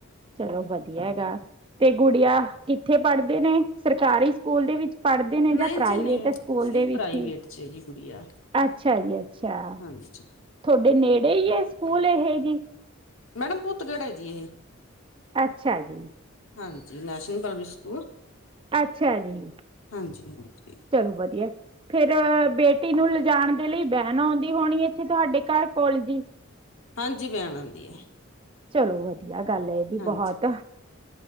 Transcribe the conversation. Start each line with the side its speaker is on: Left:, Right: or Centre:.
Right: ਚਲੋ ਵਦੀਆ ਐਗਾ ਤੇ ਗੁੜੀਆ ਕਿੱਥੇ ਪੜਦੇ ਨੇ ਸਰਕਾਰੀ ਸਕੂਲ ਦੇ ਵਿੱਚ ਪੜਦੇ ਨੇ
Left: ਨਹੀਂ
Right: ਜਾਂ ਪ੍ਰਾਈਵੇਟ
Left: ਜੀ ਨਹੀਂ
Right: ਸਕੂਲ
Left: ਨਹੀਂ
Right: ਦੇ ਵਿਚ
Left: ਪ੍ਰਾਈਵੇਟ
Right: ਈ,
Left: ਚ ਹੈ ਜੀ ਗੁੜੀਆ
Right: ਅੱਛਾ ਜੀ ਅੱਛਾ।
Left: ਹਾਂਜੀ।
Right: ਤੁਆਡੇ ਨੇੜੇ ਈ ਐ ਸਕੂਲ ਏਹ ਜੀ।
Left: ਮੈਡਮ ਭੂਤਗੜ ਐ ਜੀ ਏਹ।
Right: ਅੱਛਾ ਜੀ।
Left: ਹਾਂਜੀ, ਨੈਸ਼ਨਲ ਪਬਲਿਕ ਸਕੂਲ।
Right: ਅੱਛਾ ਜੀ।
Left: ਹਾਂਜੀ-ਹਾਂਜੀ।
Right: ਚਲੋ ਵਦੀਆ। ਫੇਰ ਬੇਟੀ ਨੂੰ ਲਜਾਨ ਦੇ ਲਈ ਬੈਨ ਆਉਂਦੀ ਹੋਨੀ ਏੱਥੇ ਤੁਆਡੇ ਘਰ ਕੋਲ ਜੀ?
Left: ਹਾਂਜੀ ਵੈਣ ਆਂਦੀ ਏ।
Right: ਚਲੋ ਵਦੀਆ ਗੱਲ ਐ ਏ ਵੀ
Left: ਹਾਂਜੀ
Right: ਬਹੋਤ।